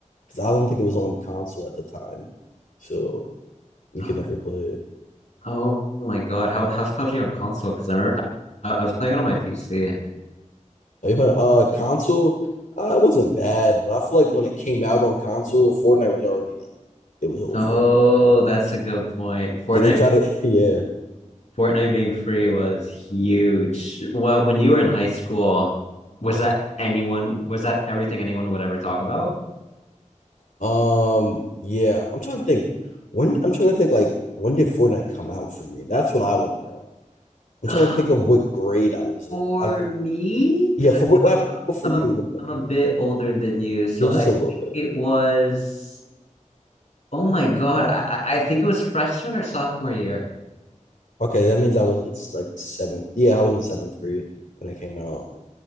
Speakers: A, on the left; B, on the left.
A: because I don't think it was on console at the time, so we
B: Oh
A: could never
B: my,
A: play it.
B: oh my God. How how's PUBG on console? Because I remember I, I was playing it on my PC.
A: Are you playing uh console? Uh, it wasn't bad, but I feel like when it came out on console, Fortnite was already like it was over.
B: Oh, that's
A: Did
B: a good point. Fortnite
A: they try to? <laughs> Yeah.
B: Fortnite being free was huge. What when you were in high school, was that anyone was that everything anyone would ever talk about?
A: Um, yeah, I'm trying to think. When I'm trying to think, like, when did Fortnite come out for me? That's what I want to know. I'm
B: Uh,
A: trying to think of what grade I was in.
B: for
A: I
B: me, because
A: yeah, for
B: I think
A: what,
B: I'm
A: what
B: a,
A: hap-
B: I'm,
A: what for you?
B: I'm a
A: What about
B: I'm
A: you?
B: a bit older than you, so
A: Yeah, just
B: I
A: a little
B: think
A: bit.
B: it was. Oh my God, I I I think it was freshman or sophomore year.
A: Okay, that means I was in s- like seventh. Yeah, I was in seventh grade when it came out.